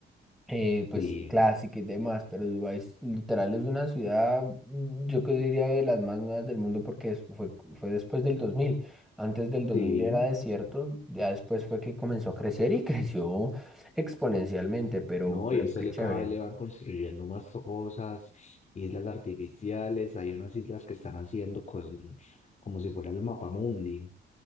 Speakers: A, in the centre; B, on the left.
A: eh, pues
B: Sí,
A: clásica y demás, pero Dubái es- literal es una ciudad, mm, yo que diría de las más nuevas del mundo porque es- fue, fue después del dos mil antes del dos
B: sí,
A: mil era desierto, ya después fue que comenzó a crecer y <laughs> creció exponencialmente, pero,
B: no,
A: pero
B: y eso
A: qué
B: le,
A: chévere,
B: cada vez le van construyendo más cosas, islas artificiales, hay unas islas que están haciendo con- como si fuera el mapamundi.